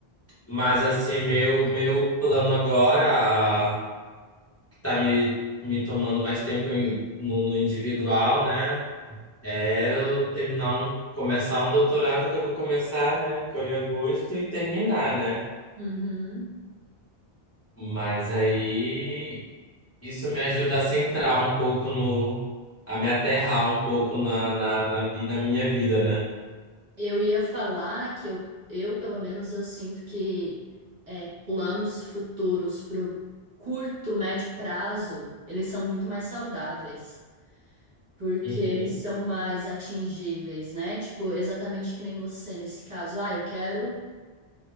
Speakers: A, on the left; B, on the right.
A: Mas assim, meu meu plano agora, ah, que tá me me tomando mais tempo em- no, no individual, né? É eu terminar um, começar um doutorado que eu vou começar, né, agora em agosto e terminar, né?
B: Uhum.
A: Mas aí isso me ajuda a centrar um pouco no, a me aterrar um pouco na, na, na, vi- na minha vida, né?
B: Eu ia falar que eu, eu pelo menos, eu sinto que é, planos futuros pro curto, médio prazo, eles são muito mais saudáveis, porque
A: Uhum,
B: eles são mais atingíveis, né? Tipo, exatamente que nem você nesse caso. Ah, eu quero.